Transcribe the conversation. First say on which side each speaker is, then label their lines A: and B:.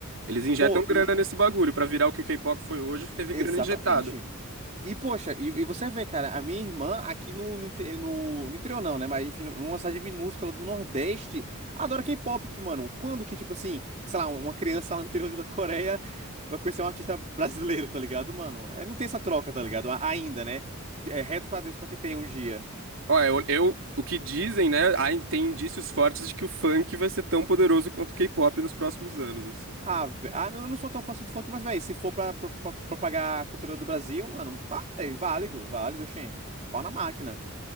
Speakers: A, on the right (about 65°); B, on the right (about 30°).
A: Eles injetam
B: Pô,
A: grana
B: e
A: nesse bagulho. Pra virar o que o K-pop foi hoje, teve
B: exatamente.
A: grana injetada.
B: E, poxa, e, e você vê, cara, a minha irmã aqui no, no, inte- no, no interior não, né? Mas, enfim, numa cidade minúscula do Nordeste, adora K-pop, mano. Quando que, tipo assim, sei lá, uma criança lá no interior da Coreia vai conhecer um artista brasileiro, tá ligado, mano? É, não tem essa troca, tá ligado? A- Ainda, né? É, rezo pra Deus pra que tenha um dia.
A: Ó, eu, eu- o que dizem, né? há in- tem indícios fortes de que o funk vai ser tão poderoso quanto o K-pop nos próximos anos, assim.
B: Ah, vé- ah, não, eu não sou tão fã assim do funk, mas, velho, se for pra, pro- pro- propagar a cultura do Brasil, mano, pá, véi, válido, válido, xê. Pau na máquina.